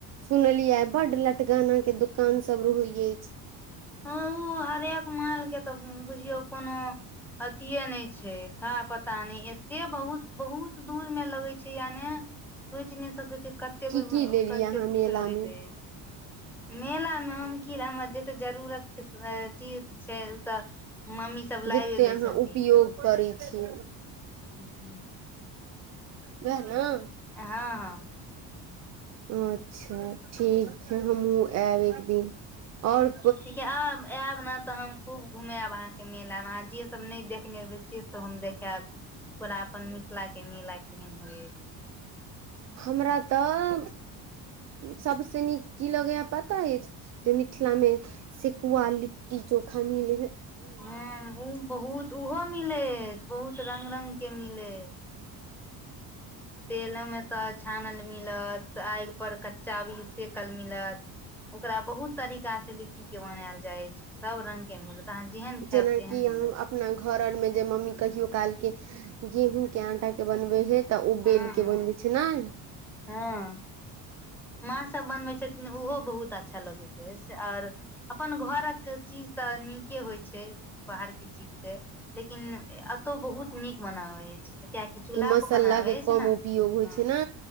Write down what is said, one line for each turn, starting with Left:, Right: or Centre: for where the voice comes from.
Right: सुनलियै बड लटकाना के दुकान सब रहै अछि
Centre: ह ओ हरेक मालके तऽ बुझियौ कोनो अथिये नहि छै था पता नहि एते बहुत बहुत दूर मे लगै छै याने सोचि नहि सकैत छी कतेक
Right: की
Centre: कोहि
Right: की लेलियै
Centre: कतेक
Right: अहाँ
Centre: किछु
Right: मेला
Centre: रहै
Right: मे
Centre: है मेला में हम की ले हमर जते जरूरत के चीज छै उ त मम्मी सब लाबे
Right: जतेक
Centre: दै
Right: अहाँ
Centre: छथिन
Right: उपयोग करै छी
Centre: हू
Right: वेह न
Centre: हँ हँ
Right: अच्छा ठीक छै हमहुँ आयब एक दिन आओर
Centre: ठीक हे आब आयब ने तऽ हम खूब घुमेब अहाँ के मेला मे ऑंहा जे सब न देखने हेबे से सब हम देखायब पूरा अपन ला के मिला केहन होइ
Right: हमरा तऽ सबसँ नीक की लगैया पता अछि जे मिथिला मे सेकुआ लिट्टी चोखा मिल
Centre: ह उ बहुत ओहो मिलै है बहुत रंग रंग के मिले है तेलो में तऽ छानल मिलत आगि पर कच्चा भी सेकल मिलत ओकरा बहुत तरीका से लिट्टी के बनायल जाय छै सब रंग के मिल तऽ अहाँ जेहन खायब
Right: जेनाकि
Centre: तेहन
Right: हम
Centre: मिलत
Right: अपना घर आरमे जे मम्मी कहियो कालके गेहूँके आटाके बनबै हइ तऽ उ
Centre: हँ
Right: बेल
Centre: हँ
Right: के बनबै छै नाइ
Centre: हँ माँ सब बनबैत छथिन ओहो बहुत अच्छा लगैत अछि से और अपन घरक चीज तऽ नीके होइ छै बाहरके चीज से लेकिन एतौ बहुत नीक मनाबै अछि कियाकि चूल्हा
Right: मसाला
Centre: पर बनाबै
Right: के
Centre: अछि
Right: कम
Centre: ने हूं
Right: उपयोग होइ छै ने